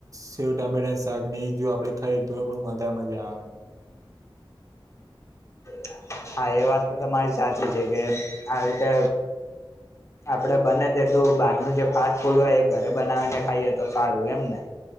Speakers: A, on the right; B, on the left.
A: સેવ ટામેટા શાક એ જો આપડે ખાઈએ તો એ પણ વધારે મજા આવે.
B: <inaudible> હા એ વાત તો તમારી સાચી છે કે આવી રીતે
A: <inaudible>
B: આપડે બને તેટલું બહારનું જે ફાસ્ટ ફૂડ હોય એ ઘરે બનાવીને ખાઈએ તો સારું એમ ને